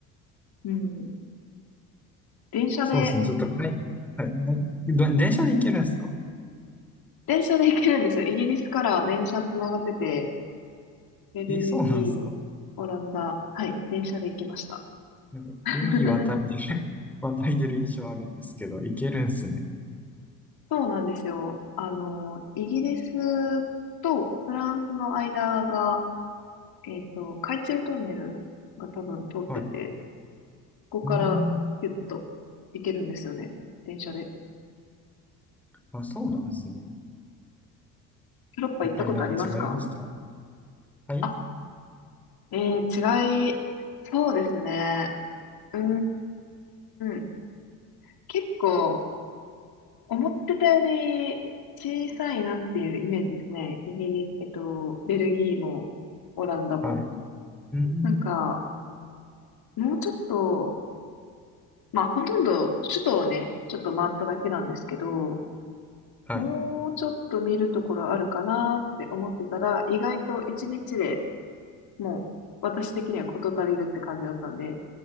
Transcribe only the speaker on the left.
うん。電車で、
電車で行けるんですよ。イギリスから電車つながってて、ベルギー、
オランダ、はい、電車で行きました。
<laughs>
そうなんですよ。あの、イギリスとフランスの間がえっと、海中トンネルが多分通ってて、
ここからピュッと
行けるんですよね。電車で。
ヨーロッパ行ったことありますか
あ、えー、違い、そうですね。うーん、結構、思ってたより小さいなっていうイメージですね。イギリス、えっと、ベルギーも、オランダも。
なんか、もうちょっと、まあ、ほとんど首都をね、ちょっと回っただけなんですけど、
もうちょっと見るところあるかなって思ってたら、意外と一日でもう私的には事足りるって感じだったんで、